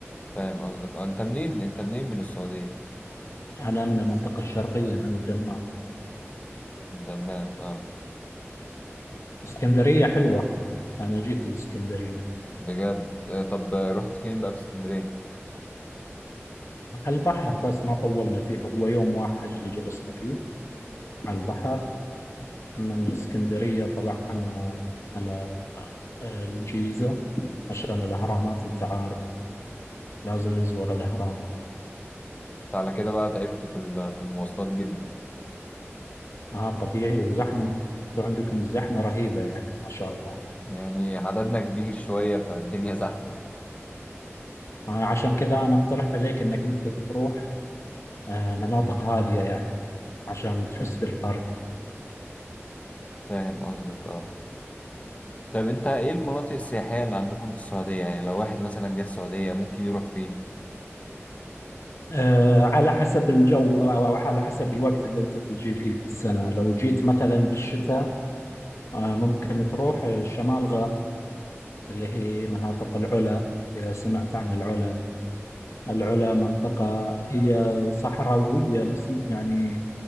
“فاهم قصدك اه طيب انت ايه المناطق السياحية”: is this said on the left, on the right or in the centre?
Left